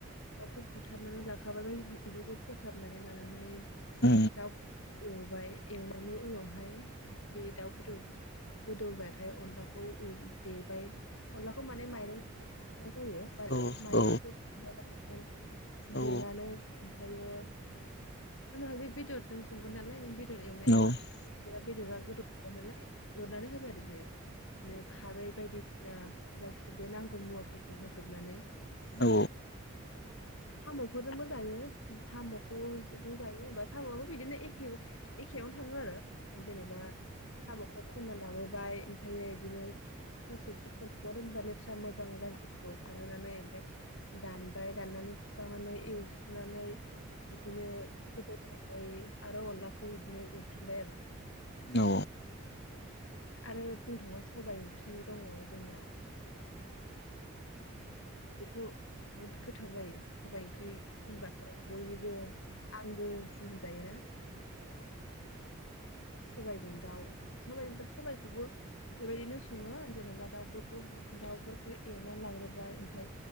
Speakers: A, on the left; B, on the left.
A: दाउखौ बुथारनानै लाखानानै इफोरखौ फो साबनानै लानानै
B: उम
A: दाउ एवबाय एवना माने उनावहाय बे दाउ बेदर गोदौबाथाय अनला खौ उन देबाय। अनलाखौ माने माइरंनिफ्राय बानायनाय जायो बाद
B: औ
A: माइरंखौ
B: औ
A: फ्राय
B: औ
A: देनानै ओमफ्रायो उनावहाय बे बेदरजों संगोन नालाय नों बे दर एवनायाव
B: औ
A: बेदरा गोदौखाबाय नालाय एरनानै होबाय आरो जे बिदिनो खारै बायदिसि सिना गासिबो नांगौ मुवाफोरखौ होजोबनानै
B: औ
A: साम'खौबो मोजाङैनो साम' <unintelligible> साम'आबो बिदिनो एखे एखेयावनो थाङो आरो। जेनेबा साम'खौ खनना लाबोबाय ओमफ्रायो इदिनो हरसेसो सोमना दोनबा लेथ्रा मोजां गाज्रिखौ खारहोनानै ओमफ्राय दानबाय दाननानै सुस्रांनानै एव स्रोनानै बिदिनो गोबाव <unintelligible> आरो अनलाखौ इदिनो उरफिनबाय आरो।
B: औ
A: आरो बुंनो थाङोबा सबाइ ओंख्रि दङ' जोंनिया बेथ' बुहुद गोथाव जायो। सबाय ओंख्रि होनबाथाय बयनिबो आंगो सै होनजायो ना? सबायजों दाउ सबायजों दा सबाइखौबो बेबायदिनो सङो जेनबा दाउफोर खौ दाउफोरखौ एवनानै लाग्रोबाय ओमफ्राय